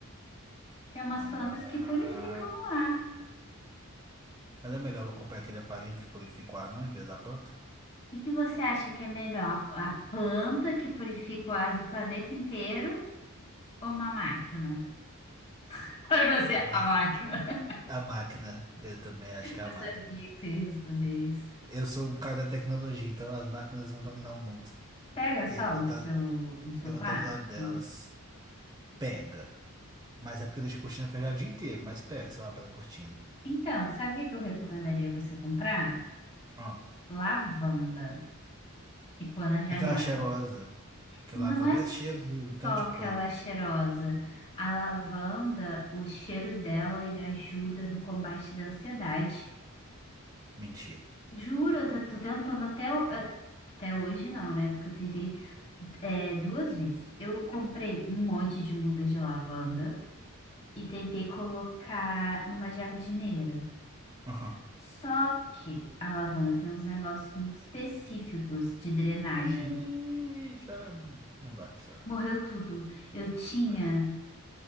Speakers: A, on the left; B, on the right.
A: Tem umas
B: Ah.
A: plantas que purificam o ar. O
B: Mas é melhor eu comprar aquele aparelho que purifica o ar, não, em vez da planta?
A: que que você acha que é melhor? A, a planta que purifica o ar do planeta inteiro ou uma máquina? <laughs> Aí Você,
B: A
A: é
B: máquina.
A: a máquina.
B: A máquina. Eu também acho que é
A: Eu
B: a máquina.
A: sabia que você ia responder isso.
B: Eu sou um cara da tecnologia, então as máquinas vão dominar o mundo.
A: Pega
B: E
A: sol
B: eu vou
A: no
B: estar,
A: seu, no seu
B: eu
A: quarto.
B: vou estar do lado delas. Pega. Mas é porque deixa a cortina fechada o dia inteiro, mas pega se eu abrir a cortina.
A: Então, sabe o que que eu recomendaria você comprar?
B: Ah,
A: Lavanda e pôr na janela.
B: aquela cheirosa. Porque
A: Não
B: lavanda
A: é só
B: é cheiro de um tanto de
A: aquela
B: coisa.
A: cheirosa. A lavanda, o cheiro dela, ele ajuda no combate da ansiedade.
B: Mentira.
A: Juro, eu te- tô tentando até, o- eh, até hoje não, né? Porque eu tentei eh, duas vezes. Eu comprei um monte de muda de lavanda e tentei colocar numa jardineira.
B: Aham.
A: Só que a lavanda tem uns negócios muito específicos de drenagem.
B: E já não vai funcionar
A: Morreu
B: aqui.
A: tudo. Eu tinha,
B: É.